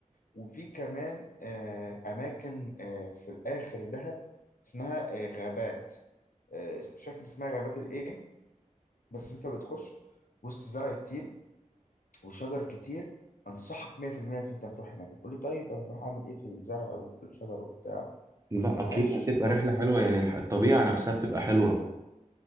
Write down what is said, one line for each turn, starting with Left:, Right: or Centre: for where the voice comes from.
Left: وفي كمان آه أماكن آه في الآخر دهب اسمها آه غابات آه مش فاكر اسمها غابات الإيه بس أنت بتخش وسط زرع كتير وشجر كتير انصحك 100% في المية ان انت هتروح هناك تقول لي طيب انا هروح اعمل ايه في الزرع وفي الشجر وبتاع
Right: لا
Left: يعني
Right: اكيد
Left: عيش
Right: هتبقى رحله حلوه يعني الح- الطبيعه نفسها بتبقى حلوه